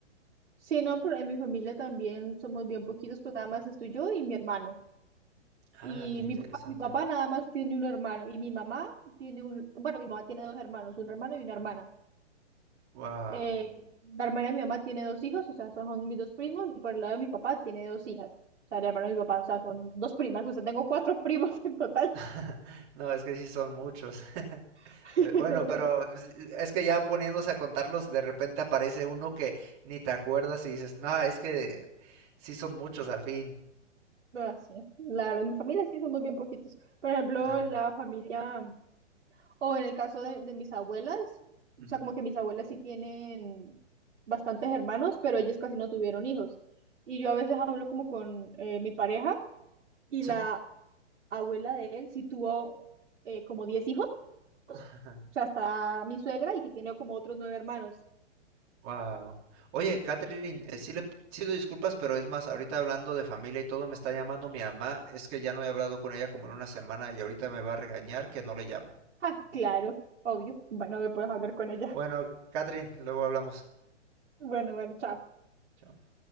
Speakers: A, on the right; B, on the right.
A: Sí, no, pero en mi familia también somos bien poquitos, pues nada más estoy yo y mi hermano.
B: Ah,
A: Y
B: qué interesante.
A: mi papá, mi papá nada más tiene un hermano y mi mamá tiene un, bueno, mi mamá tiene dos hermanos, un hermano y una hermana.
B: Wow.
A: Eh, la hermana de mi mamá tiene dos hijos, o sea, son mis dos primos, y por el lado de mi papá tiene dos hijas, o sea, el hermano de mi papá, o sea, son dos primas, o sea, tengo cuatro <laughs> primos en total.
B: <laughs> No, es que sí son muchos. <laughs>
A: <laughs>
B: Eh, Bueno, pero es es que ya poniéndose a contarlos, de repente aparece uno que ni te acuerdas y dices, no, es que sí son muchos al fin.
A: Pero sí, la verdad, en mi familia sí somos bien poquitos. Por ejemplo,
B: Ah,
A: la familia... O en el caso de, de mis abuelas,
B: ujú.
A: o sea, como que mis abuelas sí tienen bastantes hermanos, pero ellos casi no tuvieron hijos. Y yo a veces hablo como con eh, mi pareja y la
B: Sí.
A: abuela de él sí tuvo eh, como 10 hijos,
B: <laughs>
A: o sea, está mi suegra y que tiene como otros nueve hermanos.
B: Wow. Oye, Catherine, eh, sí le pido disculpas, pero es más, ahorita hablando de familia y todo, me está llamando mi mamá. Es que ya no he hablado con ella como en una semana y ahorita me va a regañar que no le llamo.
A: Ah, claro, obvio. Bueno, me puedes hablar con ella.
B: Bueno, Catherine, luego hablamos.
A: Bueno, bueno, chao.
B: Chao.